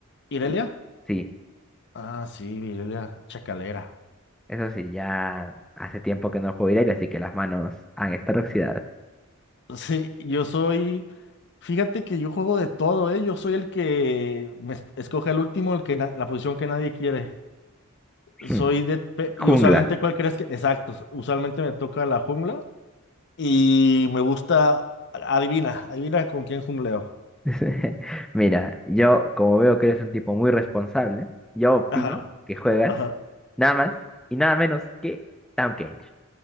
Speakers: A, on the left; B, in the centre.
A: ¿Irelia?
B: Y sí,
A: Ah, sí, Irelia, chacalera. <laughs>
B: eso sí, ya hace tiempo que no juego Irelia, así que las manos han estado oxidadas.
A: Sí, yo soy. Fíjate que yo juego de todo, ¿eh? Yo soy el que me es- escoge el último, el que na- la posición que nadie quiere.
B: Hmm,
A: Soy de. pe- Y
B: Jungla.
A: usualmente, ¿cuál crees que? Exacto. Usualmente me toca la jungla. Y me gusta. Adivina, adivina con quién jungleo.
B: <laughs> Mira, yo como veo que eres un tipo muy responsable, yo opino
A: Ajá,
B: que juegas
A: ajá.
B: nada más y nada menos que Tahm Kench.